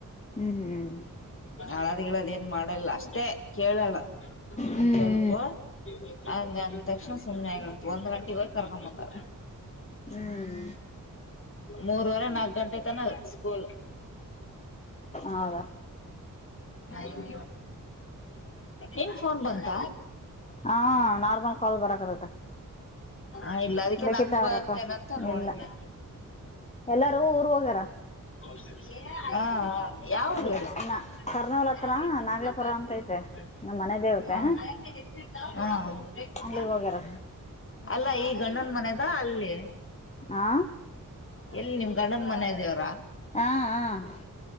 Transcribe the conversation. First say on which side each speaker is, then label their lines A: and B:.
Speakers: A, on the left; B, on the left.
A: ಹ್ಮ್ ಹ್ಮ್
B: ಅಳದ್ ಗಿಳಾದ್ ಏನ್ ಮಾಡಲ್ಲ ಅಷ್ಟೇ ಕೇಳಲ್ಲ ಒಂದ್
A: ಹ್ಮ್
B: ಸ್ವಲ್ಪ ಹಂಗ ಅಂತ್ ತಕ್ಷಣ ಸುಮ್ನೆ ಆಗ ಒಂದ್ ಗಂಟೆಗ್ ಹೋಗ್ ಕರ್ಕೊ ಬಂದಳ
A: ಹ್ಮ್
B: ಮೂರುವರೆ ನಾಕ್ ಗಂಟೆ ತನ ಸ್ಕೂಲ್ <inaudible>
A: ಹೌದಾ
B: ಹ್ಮ್ ಏನ್ ಫೋನ್ ಬಂತ
A: ಹಾ ನಾರ್ಮಲ್ ಕಾಲ್ ಬರಕತತ್ತ
B: ಹ ಇಲ್ಲ ಅದಕ್ಕೆ
A: ಲಿಖಿತ
B: ನಂದ ಬಂತೇನೆ
A: ಅವ್ರಪ್ಪ ಇಲ್ಲ ಎಲ್ಲರೂ ಊರು ಹೋಗ್ಯಾರ
B: <unintelligible> <inaudible> ಹಾ ಹ ಯಾವ
A: ನ- ನ
B: ಊರು
A: ಕರ್ನೂಲ್ ಹತ್ರ
B: ನಿಂದು
A: ನಾಗ್ಲಾಪುರ ಅಂತ ಐತೆ
B: ಹ್ಮ್
A: ನಮ್ಮ ಮನೆ ದೇವತೆ
B: - ಹ್ಮ್.
A: ಅಲ್ಲಿಗೆ ಹೋಗ್ಯಾರ
B: ಅಲ್ಲ ಈ ಗಂಡನ ಮನಿದ ಅಲ್ಲಿ.
A: ಆ.
B: ಎಲ್ಲಿ ನಿಮ್ ಗಂಡನ್ ಮನೆ ದೇವ್ರಾ.
A: ಆ ಆ